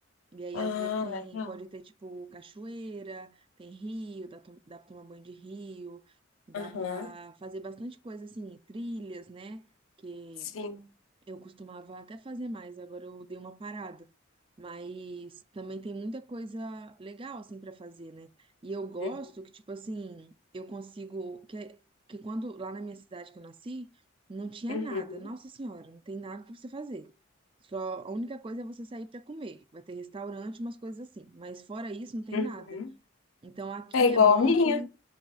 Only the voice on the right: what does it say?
E aí,
às vezes, tem,
pode ter, tipo, cachoeira, tem rio, dá, to- dá pra tomar banho de rio, dá
pra fazer bastante coisa, assim, trilhas, né? Que
eu costumava até fazer mais, agora eu dei uma parada. Mas também tem muita coisa legal assim para fazer, né? E eu gosto
que tipo assim, eu consigo que que quando lá na minha cidade que eu nasci, não tinha
nada. Nossa Senhora, não tem nada para você fazer. Só a única coisa é você sair para comer. Vai ter restaurante, umas coisas assim, mas fora isso não tem
nada. Então aqui
é bom
que